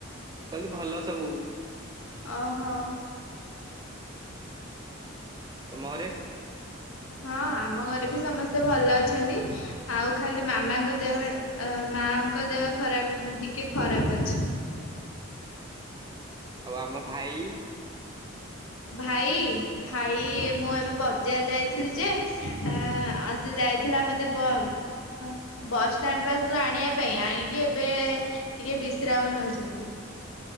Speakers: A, on the right (about 20°); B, on the left (about 85°).
A: କହିଲି ଭଲ ସବୁ।
B: ଅହ।
A: ତୁମ ଘରେ?
B: ହଁ ଆମ ଘରେ ବି ସମସ୍ତେ ଭଲ ଅଛନ୍ତି। ଆଉ ଖାଲି ମାମାଙ୍କ ଦେହ ଅ ମାଙ୍କ ଦେହ ଖରାପ ଟିକେ ଖରାପ ଅଛି।
A: ଆଉ ଆମ ଭାଇ?
B: ଭାଇ, ଭାଇ ମୁଁ ଏବେ ବଜାର ଯାଇଥିଲି ଯେ ଆଁ ଆଉ ସେ ଯାଇଥିଲା ମୋତେ ବସଷ୍ଟାଣ୍ଡ ପାଖକୁ ଆଣିବା ପାଇଁ ଆଣିକି ଏବେ ଟିକେ ବିଶ୍ରାମ ନଉଚନ୍ତି।